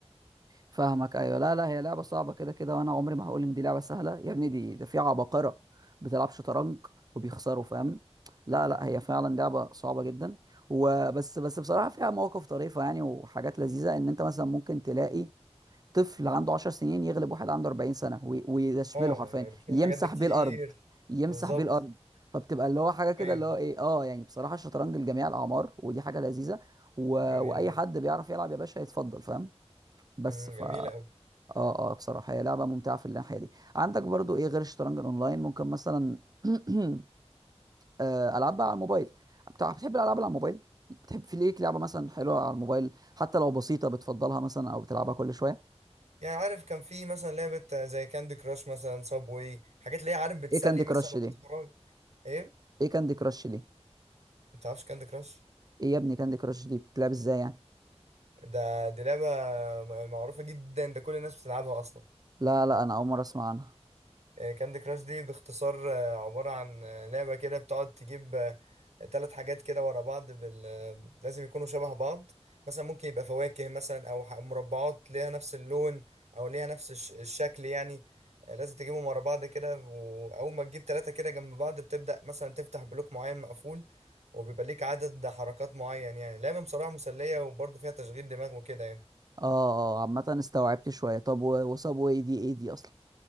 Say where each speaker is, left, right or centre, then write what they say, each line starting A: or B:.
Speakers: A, on the right (about 35°); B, on the right (about 75°).
A: فاهمك ايوه لا لا هي لعبه صعبه كده كده وانا عمري ما هقول ان دي لعبه سهله يا ابني دي ده في عباقره بتلعب شطرنج وبيخسروا فاهم لا لا هي فعلا لعبه صعبه جدا وبس بس بصراحه فيها مواقف طريفه يعني وحاجات لذيذه ان انت مثلا ممكن تلاقي طفل عنده 10 سنين يغلب واحد عنده 40 سنه وي- ويشمله
B: اه
A: حرفيا
B: يعني بتشوف
A: يمسح
B: الحاجات دي كتير
A: بيه الارض يمسح
B: بالظبط
A: بيه الارض فبتبقى اللي هو حاجه كده
B: ايوه
A: اللي هو ايه اه يعني بصراحه الشطرنج لجميع الاعمار ودي حاجه لذيذه و...
B: جميلة
A: واي
B: أوي
A: حد بيعرف يلعب يا باشا يتفضل فاهم بس
B: امم
A: ف
B: جميلة
A: اه
B: أوي
A: اه بصراحة هي لعبة ممتعة في الناحية دي عندك برضو ايه غير الشطرنج الاونلاين ممكن مثلا <clears throat> آه، العاب بقى على الموبايل بتاع بتحب الالعاب اللي على الموبايل بتحب في ليك لعبة مثلا حلوة على الموبايل حتى لو بسيطة بتفضلها مثلا او بتلعبها كل شوية
B: يعني عارف كان في مثلا لعبة زي كاندي كراش مثلا صابوي حاجات اللي هي عارف بتسلي
A: ايه كاندي كراش
B: مثلا وقت
A: دي
B: فراغ ايه
A: ايه كاندي كراش دي
B: ما تعرفش كاندي كراش
A: ايه يا ابني كاندي كراش دي بتلعب ازاي يعني
B: ده دي لعبة م- معروفة جدا ده كل الناس بتلعبها أصلا
A: لا لا انا اول مرة اسمع عنها
B: آه، كاندي كراش دي باختصار آه، عبارة عن آه، لعبة كده بتقعد تجيب آه، تلات حاجات كده ورا بعض بال... آه، لازم يكونوا شبه بعض مثلا ممكن يبقى فواكه مثلا أو ح- مربعات ليها نفس اللون أو ليها نفس الش... الشكل يعني آه، لازم تجيبهم ورا بعض كده وأول ما تجيب تلاتة كده جنب بعض بتبدأ مثلا تفتح بلوك معين مقفول وبيبقى ليك عدد حركات معين يعني لعبة بصراحة مسلية وبرضه فيها تشغيل دماغ وكده يعني
A: اه اه آه، عامة استوعبت شوية طب و- وصاب واي دي ايه دي اصلا